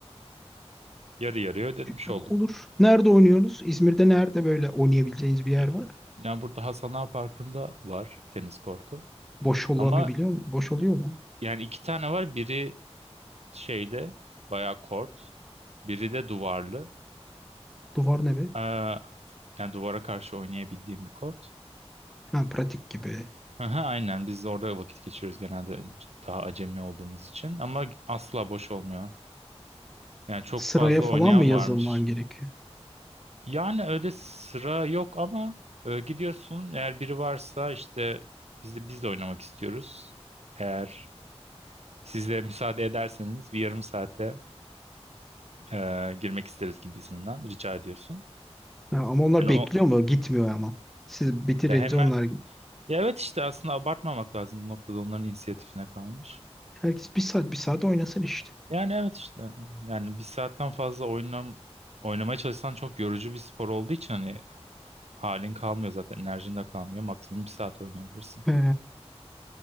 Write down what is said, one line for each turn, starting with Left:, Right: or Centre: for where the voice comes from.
Right: Yarı yarıya ödemiş
Centre: E,
Right: olduk.
Centre: Olur. Nerede oynuyoruz? İzmir'de nerede böyle oynayabileceğiniz bir yer
Right: Ee,
Centre: var?
Right: Yani burada Hasan Ağa Parkı'nda var tenis kortu.
Centre: Boş olamıyor
Right: Ama
Centre: biliyor musun? Boş oluyor mu?
Right: yani iki tane var. Biri şeyle bayağı kort. Biri de duvarlı.
Centre: Duvar ne be?
Right: Ee, yani duvara karşı oynayabildiğim bir kort.
Centre: Ha, pratik gibi.
Right: Aha, aynen biz orada vakit geçiriyoruz genelde daha acemi olduğumuz için ama asla boş olmuyor. Yani çok
Centre: Sıraya
Right: fazla
Centre: falan
Right: oynayan
Centre: mı yazılman
Right: varmış.
Centre: gerekiyor?
Right: Yani öyle sıra yok ama e, gidiyorsun eğer biri varsa işte biz de biz de oynamak istiyoruz. Eğer siz de müsaade ederseniz bir yarım saate e, girmek isteriz gibisinden rica ediyorsun.
Centre: Ha, ama onlar
Right: Yani
Centre: bekliyor
Right: o
Centre: mu? Gitmiyor ama. Siz bitirince
Right: ya hemen
Centre: onlar
Right: ya evet işte aslında abartmamak lazım bu noktada onların inisiyatifine kalmış.
Centre: Herkes bir saat bir saat oynasın işte.
Right: Yani evet işte yani bir saatten fazla oynam oynamaya çalışsan çok yorucu bir spor olduğu için hani halin kalmıyor zaten enerjin de kalmıyor. Maksimum bir saat oynayabilirsin.
Centre: He.